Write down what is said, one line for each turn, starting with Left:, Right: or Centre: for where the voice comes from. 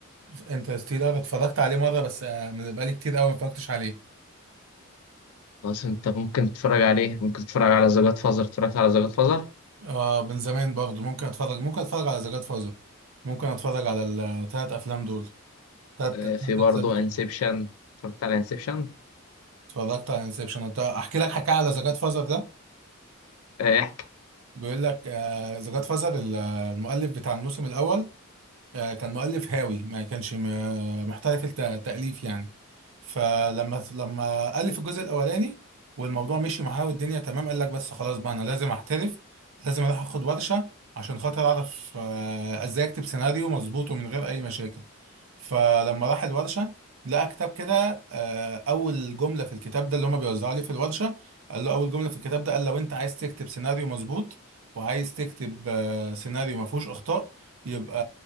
Right: انترستيلر اتفرجت عليه مره بس آه، من بقالي كتير قوي ما اتفرجتش عليه
Left: خلاص انت ممكن تتفرج عليه ممكن تتفرج على ذا جاد فازر اتفرجت على ذا جاد فازر
Right: اه من زمان برضه ممكن اتفرج ممكن اتفرج على ذا جاد فازر ممكن اتفرج على الثلاث افلام دول ثلاث
Left: أه
Right: ثلاث
Left: في برضه
Right: اجزاء بتوعه
Left: انسبشن اتفرجت على انسبشن
Right: اتفرجت على انسبشن احكي لك حكايه على ذا جاد فازر ده
Left: أه احكي
Right: بيقول لك آه، ذا جاد فازر المؤلف بتاع الموسم الاول آه، كان مؤلف هاوي ما كانش م- محترف التأليف يعني فلما لما ألف الجزء الأولاني والموضوع مشي معاه والدنيا تمام قال لك بس خلاص بقى أنا لازم أحترف لازم أروح أخد ورشة عشان خاطر أعرف آه، إزاي أكتب سيناريو مظبوط ومن غير أي مشاكل فلما راح الورشة لقى كتاب كده آه، أول جملة في الكتاب ده اللي هما بيوزعوا لي في الورشة قال له أول جملة في الكتاب ده قال لو أنت عايز تكتب سيناريو مظبوط وعايز تكتب آه، سيناريو ما فيهوش أخطاء يبقى